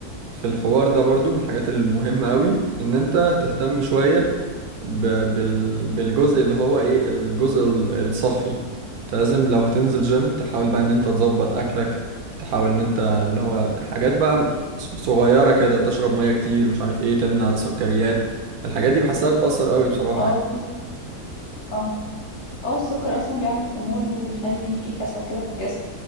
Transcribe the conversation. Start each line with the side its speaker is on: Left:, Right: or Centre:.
Right: في الحوار ده برضو من الحاجات المهمة أوي إن أنت تهتم شوية ب... بال... بالجزء اللي هو إيه الجزء ال- الصحي أنت لازم لو هتنزل جيم تحاول بقى إن أنت تظبط أكلك تحاول إن أنت اللي هو حاجات بقى ص- صغيرة كده تشرب مية كتير مش عارف إيه تمنع سكريات الحاجات دي بحسها بتأثر أوي بصراحة
Left: اه
Right: يعني
Left: كنت اه اه السكر اصلا بيعمل خمول وبيخلي فيه كسل كده في الجسم